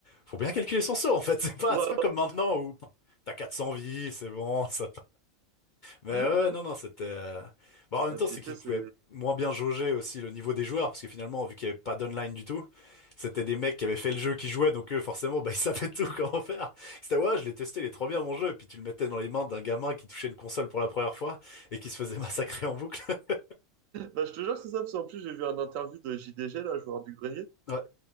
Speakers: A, on the left (about 60°); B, on the right (about 80°).
A: faut bien calculer son saut en fait, <laughs> c'est pas,
B: vois.
A: c'est pas comme maintenant où t'as 400 vies, c'est bon, ça. Mais
B: Ouais.
A: ouais, ouais, non,
B: <laughs>
A: non, c'était. euh, Bon, en même
B: Et
A: temps,
B: puis,
A: c'est
B: tu
A: qu'ils
B: sais, c'est.
A: pouvaient moins bien jauger aussi le niveau des joueurs, parce que finalement, vu qu'il n'y avait pas d'online du tout, c'était des mecs qui avaient fait le jeu, qui jouaient, donc eux, forcément, bah, ils <laughs> savaient tout comment faire. C'était, ouais, je l'ai testé, il est trop bien mon jeu, puis tu le mettais dans les mains d'un gamin qui touchait une console pour la première fois et qui se faisait <laughs> massacrer en boucle. <laughs>
B: Bah, je te jure, c'est ça, parce qu'en plus, j'ai vu un interview de JDG, là, joueur du grenier.
A: Ouais,